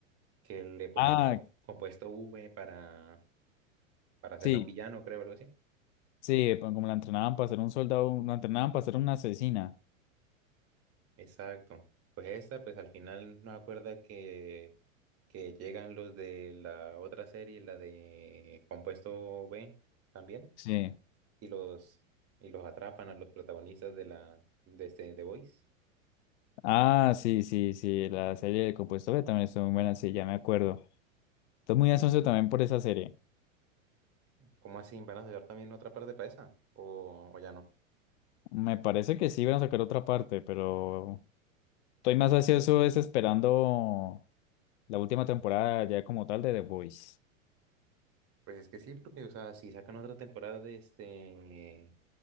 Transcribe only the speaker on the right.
que le ponían
co- compuesto V para, para hacerla
un villano, creo, algo así.
Exacto. Pues esa, pues al final nos acuerda que que llegan los de la otra serie, la de Compuesto B también,
y los, y los atrapan a los protagonistas de la de este The Voice.
¿Cómo así? ¿Van a sacar también otra parte para esa? ¿O, o ya no?
Pues es que sí, porque o sea, si sacan otra temporada de este,